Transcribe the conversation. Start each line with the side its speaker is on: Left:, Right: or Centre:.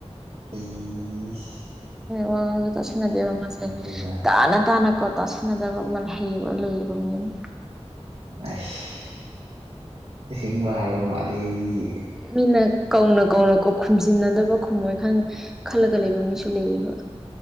Right: ꯏꯁ
Centre: ꯋꯥ ꯉꯥꯡꯉꯁꯨ ꯇꯁꯟꯅꯗꯦꯕ ꯃꯥꯁꯦ
Right: ꯑꯗꯨꯅ
Centre: ꯇꯥꯅ ꯇꯥꯅ ꯀꯣ ꯇꯁꯤꯟꯅꯗꯕ ꯃꯥꯜ ꯍꯩꯌꯦꯕ ꯂꯩꯌꯦꯕ ꯃꯤ ꯑꯃ
Right: ꯑꯩꯁ ꯑꯁꯦꯡꯕ ꯍꯥꯏꯕ ꯃꯥꯜꯂꯤ ꯑꯩꯗꯤ
Centre: ꯃꯤꯅ ꯀꯧꯅ ꯀꯧꯅ ꯀꯣ ꯈꯨꯝꯖꯤꯟꯅꯗꯕ ꯈꯨꯝꯃꯣꯏ ꯈꯪ ꯈꯜꯂꯒ ꯂꯩꯕ ꯃꯤꯁꯨ ꯂꯩꯌꯦꯕ